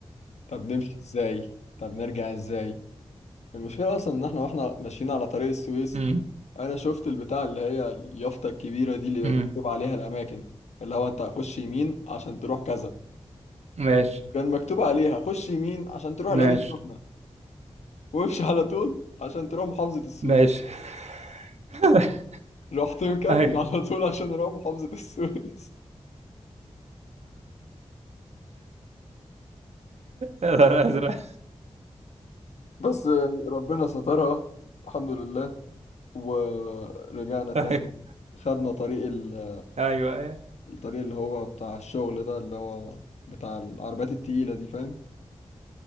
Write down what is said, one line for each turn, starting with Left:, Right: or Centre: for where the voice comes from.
Left: طب نمشي ازاي طب نرجع ازاي المشكلة اصلا ان احنا واحنا ماشيين على طريق السويس
Right: ايوه
Left: انا شفت البتاع اللي هي اليافطة الكبيرة دي اللي
Right: امم
Left: مكتوب عليها الاماكن اللي هو انت هتخش يمين عشان تروح كذا
Right: ماشي
Left: كان مكتوب عليها خش يمين عشان تروح
Right: ماشي
Left: العين السخنة وامشي على طول عشان تروح محافظة السويس
Right: ماشي <laughs>
Left: رحت مكمل
Right: ايوه
Left: على طول عشان اروح محافظة السويس
Right: الازرق
Left: <laughs> بس يعني ربنا سترها الحمد لله ورجعنا تاني
Right: ايوه
Left: خدنا طريق ال-
Right: ايوه
Left: الطريق اللي هو بتاع الشغل ده اللي هو بتاع العربيات التقيلة دي فاهم